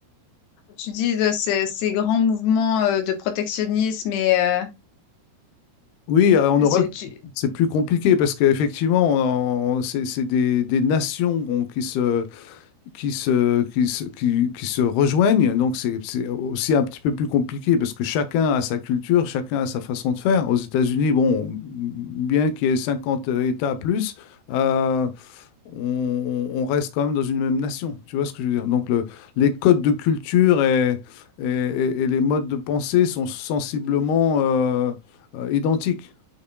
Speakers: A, on the left; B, on the left.
A: tu dis de ces ces grands mouvements, heu, de protectionnisme et heu,
B: Oui, euh, en Europe,
A: tu tu
B: c'est plus compliqué parce qu'effectivement, on- on- c'est c'est des, des nations bon, qui se, qui se, qui se, qui, qui se rejoignent. Donc, c'est c'est aussi un petit peu plus compliqué parce que chacun a sa culture, chacun a sa façon de faire. Aux États-Unis, bon, bien qu'il y ait 50 États plus, euh, on, on reste quand même dans une même nation. Tu vois ce que je veux dire? Donc, le, les codes de culture et, et, et- et les modes de pensée sont sensiblement euh, euh, identiques.